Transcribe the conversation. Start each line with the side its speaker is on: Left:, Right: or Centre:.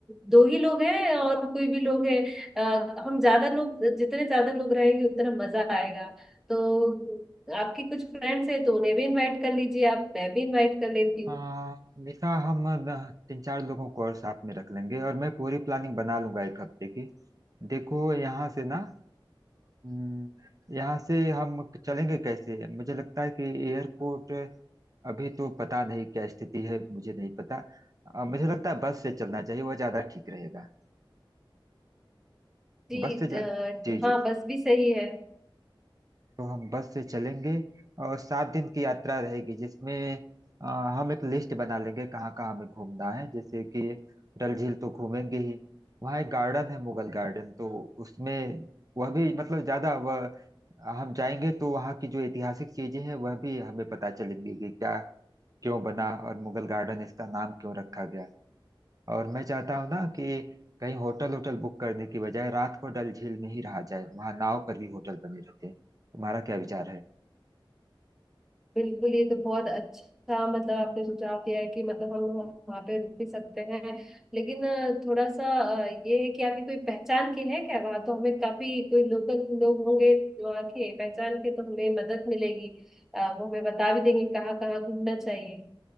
Centre: दो ही लोग हैं और कोई भी लोग है अ, हम ज्यादा लोग जितने ज्यादा लोग रहेंगे उतना मजा आएगा तो आपकी कुछ फ्रेंड्स हैं तो उन्हें भी इनवाइट कर लीजिए आप मैं भी इनवाइट कर लेती
Right: हाँ
Centre: हूँ
Right: निशा हम अ, तीन चार लोगों को और साथ में रख लेंगे और मैं पूरी प्लानिंग बना लूंगा एक हफ्ते की देखो यहाँ से ना हम्म, यहाँ से हम चलेंगे कैसे मुझे लगता है कि एयरपोर्ट अभी तो पता नहीं क्या स्थिति है मुझे नहीं पता अ, मुझे लगता है बस से चलना चाहिए वह ज्यादा ठीक रहेगा
Centre: जी
Right: बस से
Centre: अ,
Right: जा जी
Centre: हाँ
Right: जी
Centre: बस भी सही है
Right: तो हम बस से चलेंगे और सात दिन की यात्रा रहेगी जिसमें अ, हम एक लिस्ट बना लेंगे कहाँ कहाँ हमें घूमना है जैसे कि डल झील तो घूमेंगे ही वहाँ एक गार्डन है मुगल गार्डन तो उसमें वह भी मतलब ज्यादा वह हम जाएंगे तो वहाँ की जो ऐतिहासिक चीजें हैं वह भी हमें पता चलेंगी कि क्या क्यों बना और मुगल गार्डन इसका नाम क्यों रखा गया और मैं चाहता हूँ ना कि कहीं होटल होटल बुक करने की बजाय रात को डल झील में ही रहा जाए वहाँ नाव पर भी होटल बने रहते हैं तुम्हारा क्या विचार है
Centre: बिल्कुल ये तो बहुत अच्छा मतलब आपने सुझाव दिया है कि मतलब हम वहाँ पे रुक भी सकते हैं लेकिन अ, थोड़ा सा अ, ये है कि आपकी कोई पहचान की है क्या वहाँ तो हमें काफी कोई लोकल लोग होंगे वहाँ के पहचान के तो हमें मदद मिलेगी अ, वो हमें बता भी देंगे कहाँ कहाँ घूमना चाहिए